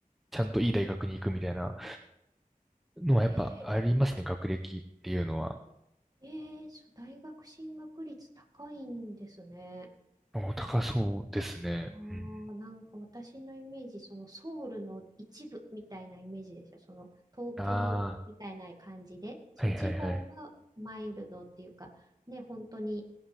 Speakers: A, in the centre; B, on the right.
A: ちゃんといい大学に行くみたいなのはやっぱありますね、
B: え
A: 学歴っていうのは。
B: ー、えー、そう、大学進学率高いんですね。
A: お、高そうですね。
B: あ
A: うん。
B: あ、なんか私のイメージ、そのソウルの一部みたいなイメージですよ。その東京みたいな感じで、
A: あ
B: そう、
A: あ、はいはいはい。
B: 地方はマイルドっていうか、ね、本当に